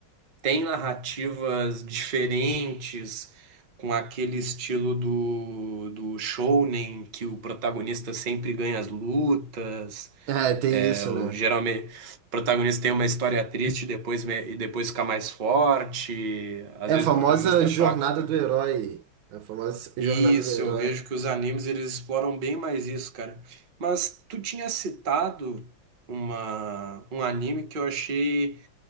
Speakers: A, on the right; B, on the right.
A: têm narrativas diferentes, com aquele estilo do, do shounen, que o protagonista sempre ganha as lutas.
B: É, tem
A: É,
B: isso,
A: o,
B: né?
A: geralmente, o protagonista tem uma história triste e depois, me- e depois fica mais forte. Às
B: É
A: vezes
B: a famosa
A: o protagonista é
B: jornada
A: fraco, fica.
B: do herói. É A famosa
A: Isso,
B: jornada do herói.
A: eu vejo que os animes eles exploram bem mais isso, cara. Mas tu tinha citado uma, um anime que eu achei